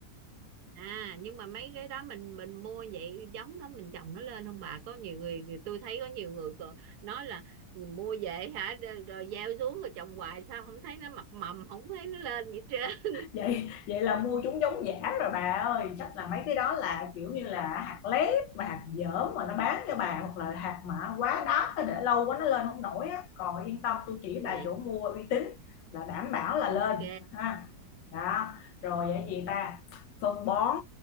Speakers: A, on the right (about 70°); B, on the left (about 85°).
A: à nhưng mà mấy cái đó mình mình mua vậy giống đó mình trồng nó lên không bà có nhiều người tôi thấy có nhiều người còn nói là mua về hả rồi, rồi gieo xuống rồi trồng hoài sao không thấy nó mập mầm không thấy nó lên vậy hết trơn
B: vậy vậy là mua chúng giống giả rồi bà ơi chắc là mấy cái đó là kiểu như là hạt lép mà hạt dởm mà nó bán cho bà hoặc là hạt mà quá đắt nó để lâu quá nó lên không nổi á còn yên tâm tôi chỉ
A: <laughs>
B: bà
A: vậy
B: chỗ mua uy tín là đảm bảo là
A: ok
B: lên ha đó
A: rồi
B: rồi vậy gì ta phân bón